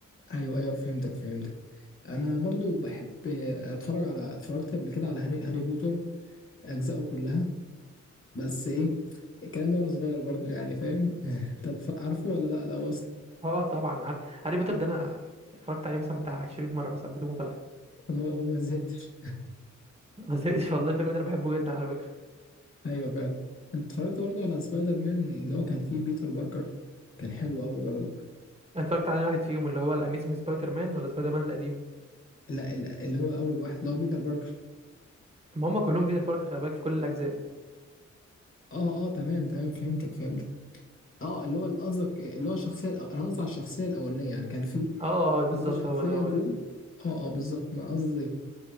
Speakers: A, on the left; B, on the right.
A: ايوه ايوه فهمتك فهمتك انا برضو بحب اتفرج على اتفرجت قبل كده على هاري, هاري بوتر اجزائه كلها بس ايه الكلام ده وانا صغير برضو يعني فاهم <laughs> انت بتف- عارفه ولا لا الاول اصلا
B: اه طبعا عارف هاري بوتر ده انا اتفرجت عليه مثلا بتاع 20 مره مثلا بدون مبالغه
A: وما وما زهقتش
B: <laughs> ما زهقتش والله الفيلم ده انا بحبه جدا على فكره
A: ايوه فعلا انت اتفرجت برضه على سبايدر مان اللي هو كان فيه بيتر باركر كان حلو قوي برضه
B: أنا اتفرجت على واحد فيهم اللي هو الاميزنج سبايدر مان ولا سبايدر مان القديم
A: لا لا، اللي هو اول واحد اللي هو بيتر باركر
B: ما هم كلهم بيتر باركر خلي بالك في كل الاجزاء
A: اه اه تمام تمام فهمتك فهمتك اه اللي هو قصدك اللي هو الشخصيه الأو... انا قصدي على الشخصيه الاولانيه يعني كان في
B: اه اه آه، بالظبط
A: لسه شخصيه
B: هو ده هو
A: جوه
B: ده
A: اه اه بالظبط ما أنا قصدي دي